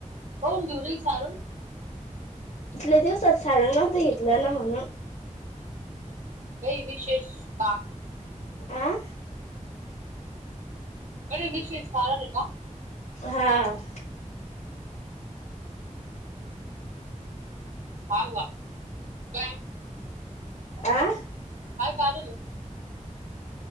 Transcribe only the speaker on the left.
इथल्या दिवसात साार नव्ह घेतलं ना म्हणून
आं
हां
आं